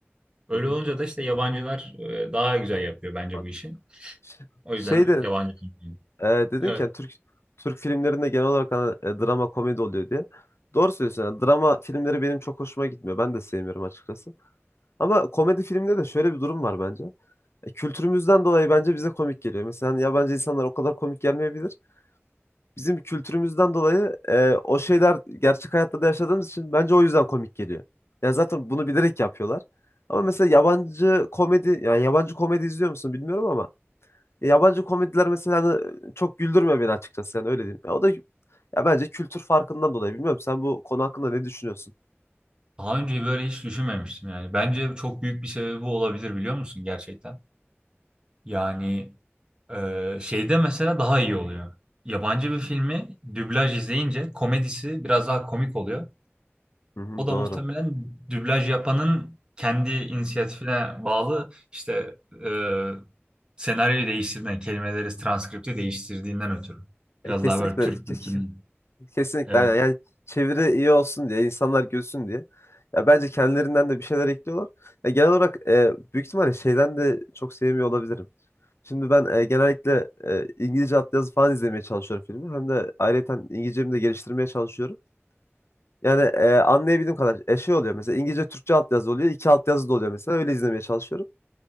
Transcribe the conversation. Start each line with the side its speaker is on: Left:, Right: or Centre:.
Right: Öyle
Left: Hı hı,
Right: olunca da işte yabancılar e, daha güzel yapıyor bence
Left: anladım.
Right: bu işi.
Left: Ş-
Right: O
Left: Şey
Right: yüzden
Left: de
Right: yabancı
Left: e, dedin
Right: film.
Left: ki yani Türk Türk filmlerinde genel olarak hani, e, drama komedi oluyor diye. Doğru söylüyorsun. Yani drama filmleri benim çok hoşuma gitmiyor. Ben de sevmiyorum açıkçası. Ama komedi filmde de şöyle bir durum var bence. E, kültürümüzden dolayı bence bize komik geliyor. Mesela hani yabancı insanlar o kadar komik gelmeyebilir. Bizim kültürümüzden dolayı e, o şeyler gerçek hayatta da yaşadığımız için bence o yüzden komik geliyor. Yani zaten bunu bilerek yapıyorlar. Ama mesela yabancı komedi, yani yabancı komedi izliyor musun bilmiyorum ama ya yabancı komediler mesela hani e, çok güldürmüyor beni açıkçası yani öyle diyeyim. Ya o da ya bence kültür farkından dolayı bilmiyorum. Sen bu konu hakkında ne düşünüyorsun?
Right: Daha önce böyle hiç düşünmemiştim yani. Bence çok büyük bir sebebi olabilir biliyor musun gerçekten? Yani e, şeyde mesela daha iyi oluyor. Yabancı bir filmi dublaj izleyince komedisi biraz daha komik oluyor.
Left: Hı hı,
Right: O
Left: doğru.
Right: da muhtemelen dublaj yapanın kendi inisiyatifine bağlı işte e, senaryoyu değiştirdiğinden, kelimeleri, transkripti değiştirdiğinden ötürü.
Left: E,
Right: Biraz
Left: kesinlikle
Right: daha böyle Türk
Left: ke-
Right: kültürünün.
Left: Kesinlikle
Right: Evet.
Left: aynen. Yani çeviri iyi olsun diye, insanlar gülsün diye. Ya bence kendilerinden de bir şeyler ekliyorlar. Ya genel olarak e, büyük ihtimalle şeyden de çok sevmiyor olabilirim. Şimdi ben e, genellikle e, İngilizce altyazı falan izlemeye çalışıyorum filmi. Hem de ayrıca İngilizcemi de geliştirmeye çalışıyorum. Yani e, anlayabildiğim kadar e, şey oluyor mesela İngilizce Türkçe altyazı oluyor. iki altyazı da oluyor mesela öyle izlemeye çalışıyorum.